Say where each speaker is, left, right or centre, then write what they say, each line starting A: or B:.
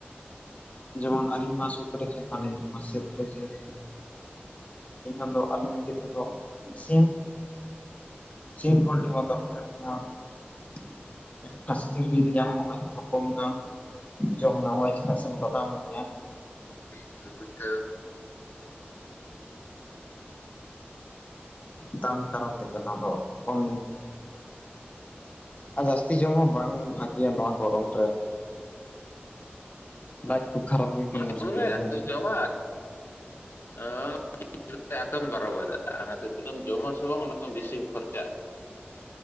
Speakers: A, on the left; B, on the left.
A: ᱡᱮᱢᱚᱱ ᱟᱹᱞᱤᱧ ᱢᱟ ᱥᱩᱠᱨᱤ ᱡᱤᱞ ᱵᱟᱹᱞᱤᱧ ᱡᱚᱢ ᱟ ᱥᱩᱠᱨᱤ ᱡᱤᱞ ᱮᱱᱠᱷᱟᱱ ᱫᱚ ᱟᱹᱞᱤᱧ ᱞᱟᱹᱜᱤᱫ ᱛᱮᱫᱚ ᱥᱤᱢ᱾ ᱥᱤᱢ, ᱯᱳᱞᱴᱤ ᱦᱚᱸ ᱫᱚᱨᱠᱟᱨ ᱠᱟᱱᱟ ᱾ ᱠᱷᱟᱹᱥᱤ ᱡᱤᱞ ᱡᱩᱫᱤ ᱧᱟᱢᱚᱜᱼᱟ, ᱮᱱᱠᱷᱟᱱ ᱫᱚ ᱠᱚᱢ ᱜᱟᱱ ᱡᱚᱢ ᱱᱟᱹᱢᱟᱹᱭ ᱪᱮᱫᱟᱜ ᱥᱮ, <unintelligible> ᱜᱮᱭᱟ
B: <unintelligible> ᱯᱤᱴᱷᱟᱹ
A: ᱫᱟᱢ ᱠᱟᱨᱚᱱ ᱛᱮᱜᱮ ᱱᱚᱣᱟ ᱫᱚ ᱠᱚᱢ, ᱟᱨ ᱡᱟᱹᱥᱛᱤ ᱡᱚᱢ ᱦᱚᱸ ᱵᱟᱝ ᱵᱷᱟᱜᱮᱹᱭᱟ ᱱᱚᱣᱟ ᱜᱚᱨᱚᱢ ᱨᱮ᱾ ᱞᱟᱡ ᱠᱚ ᱠᱷᱟᱨᱟᱯ
B: <unintelligible>
A: ᱞᱮᱱᱠᱷᱟᱱ ᱢᱩᱥᱠᱤᱞ ᱜᱮᱭᱟ
B: ᱡᱚᱢᱟᱜ <unintelligible> <unintelligible> ᱟᱨᱛᱮᱢ ᱵᱟᱨᱚ ᱵᱟᱡᱟᱜᱼᱟ ᱚᱱᱟᱛᱮ ᱛᱤᱱᱟᱹᱜ ᱮᱢ ᱡᱚᱢ ᱟᱥᱮ ᱵᱟᱝ, ᱚᱱᱟ ᱠᱷᱚᱱ ᱵᱤᱥᱤᱢ ᱠᱷᱚᱨᱪᱟᱜᱼᱟ